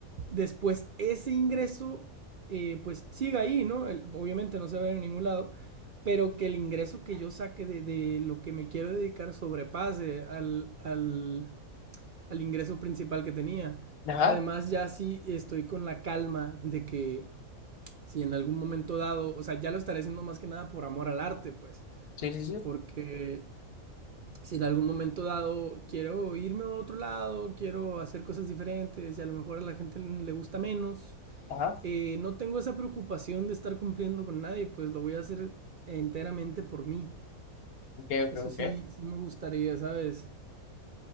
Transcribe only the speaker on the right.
después ese ingreso eh, pues siga ahí, ¿no? El- obviamente no se va a ir a ningún lado, pero que el ingreso que yo saque de, de lo que me quiero dedicar sobrepase al, al, al ingreso principal que tenía.
Además, ya sí estoy con la calma de que si en algún momento dado, o sea, ya lo estaré haciendo más que nada por amor al arte, pues,
porque si en algún momento dado quiero irme a otro lado, quiero hacer cosas diferentes y a lo mejor a la gente le gusta menos,
eh, no tengo esa preocupación de estar cumpliendo con nadie, pues lo voy a hacer enteramente por mí.
Eso
sí, sí me gustaría, ¿sabes?